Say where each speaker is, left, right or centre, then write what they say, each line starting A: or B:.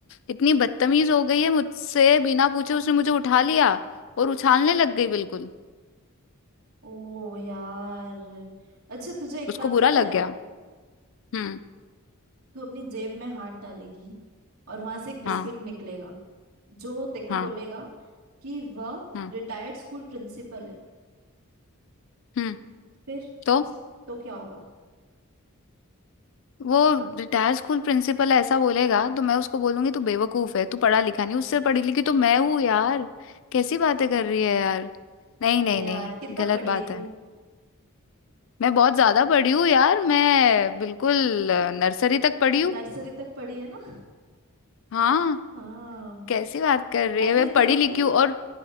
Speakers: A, on the left; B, on the right.
A: इतनी बदतमीज हो गई है मुझसे बिना पूछे उसने मुझे उठा लिया और उछालने लग गई बिल्कुल
B: ओ यार अच्छा तुझे एक
A: उसको
B: बात
A: बुरा
B: पता
A: लग
B: है
A: गया हम्म
B: तू अपनी जेब में हाथ डालेगी और वहां से एक बिस्किट
A: हाँ
B: निकलेगा जो तेरे
A: हाँ
B: को बोलेगा कि वह
A: हाँ
B: रिटायर्ड स्कूल प्रिंसिपल है
A: हम्म
B: फिर
A: तो
B: उस तो क्या होगा
A: वो रिटायर स्कूल प्रिंसिपल ऐसा बोलेगा तो मैं उसको बोलूंगी तू बेवकूफ है तू पढ़ा लिखा नहीं उससे पढ़ी लिखी तो मैं हूँ यार कैसी बातें कर रही है यार नहीं
B: अरे
A: नहीं
B: यार
A: नहीं
B: कितना
A: गलत
B: पढ़ी
A: बात
B: है तू
A: है मैं बहुत ज्यादा पढ़ी हूँ यार मैं बिल्कुल अ, नर्सरी तक पढ़ी हूँ
B: नर्सरी तक पढ़ी है ना
A: हाँ
B: <laughs> हाँ
A: कैसी बात कर रही
B: अरे
A: है मैं
B: तेरे
A: पढ़ी
B: को पता
A: लिखी
B: है
A: हूँ और